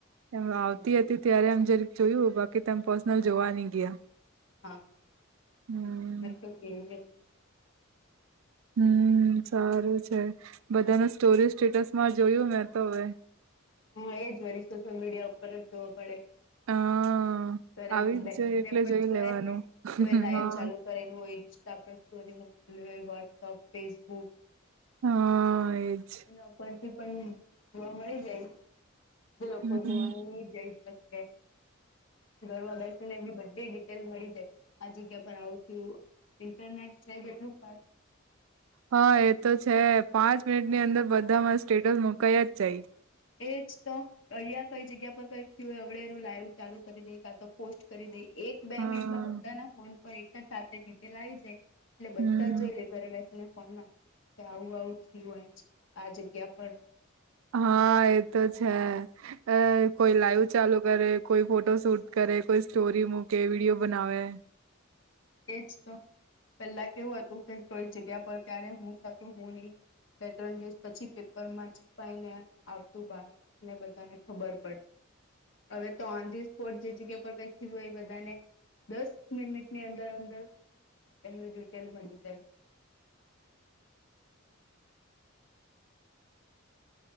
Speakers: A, on the right; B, on the left.
A: હવે આવતી
B: હમ.
A: હતી ત્યારે એમ જરીક જોયું બાકી તો પર્સનલ જોવા નઈ ગયા
B: હા
A: હમ
B: કે <unintelligible>
A: હમ્મ સારું છે બધાને સ્ટોરી સ્ટેટસમાં જોયું મેં તો હવે
B: હા એ જ વળી સોશિયલ મીડિયા ઉપર જ જોવો પડે
A: હા
B: ત્યારે
A: આવી
B: બેસીને
A: જ જઈ એટલે
B: પણ
A: જોઈ
B: જોવાય
A: લેવાનું
B: ને કોઈ લાઈવ
A: હા
B: ચાલુ કરેલું હોય ઇન્સ્ટા પર સ્ટોરી મુકેલી હોય વોટસઅપ ફેસબુક
A: હા એજ
B: ને ઉપરથી પણ જોવા મળી જાય બોલો
A: હમ
B: ભગવાનની જય તો છે ઘરમાં બેસીને એમની બધી વીસ ડીટેયલ મળી જાય આ જગ્યા પર આવુ થયુ ઇન્ટરનેટ છે જ એટલું ફાસ્ટ
A: હા એ તો છે પાંચ મિનિટ ની અંદર બધામાં સ્ટેટસ મુકાયા જ જાય
B: એજ તો અહિયા કઈ જગ્યા પર કઈ થી હવડે એવુ લાઈવ ચાલુ કરી દે કાતો પોસ્ટ કરી દે એક બે
A: હા
B: મિનિટમાં બધાના ફોન પર એક <unintelligible> ડિટેલ આવી જાય એટલે બધા
A: હમ
B: જોઈ લે ઘરે બેસીને ફોનમાં કે આવું આવું થયુ હોય છે આ જગ્યા પર
A: હા એતો છે. અ કોઈ લાઈવ ચાલુ કરે કોઈ ફોટો શૂટ કરે કોઈ સ્ટોરી મૂકે વિડીયો બનાવે
B: એજ તો પેલા કેવું હતું કે કોઈ જગ્યા પર ક્યારે હું થતું હું નહી બે ત્રણ દિવસ પછી પેપર માં છુપાઈને આવતું બાર ને બધાને ખબર પડ હવે તો ઓન ધી સ્પોટ જે જગ્યા પર કઈક થયું હોય બધાને દસ મિનિટની અંદર શું થયું એમની ડિટેલ મળી જાય